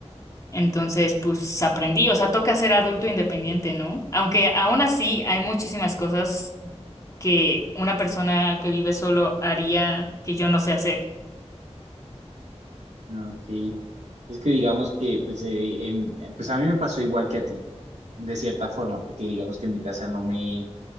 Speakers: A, on the left (about 30°); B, on the right (about 75°).
A: Entonces, pues aprendí, o sea, toca ser adulto independiente, ¿no? Aunque aún así hay muchísimas cosas que una persona que vive solo haría que yo no sé hacer.
B: Ok. Es que digamos que, pues, eh, em, pues a mí me pasó igual que a ti, de cierta forma, porque digamos que en mi casa no me,